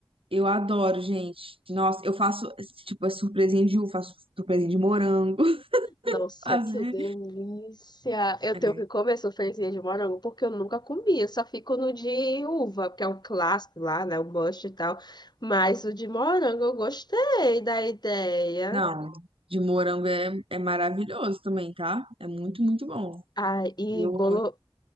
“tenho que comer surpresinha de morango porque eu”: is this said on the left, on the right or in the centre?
Left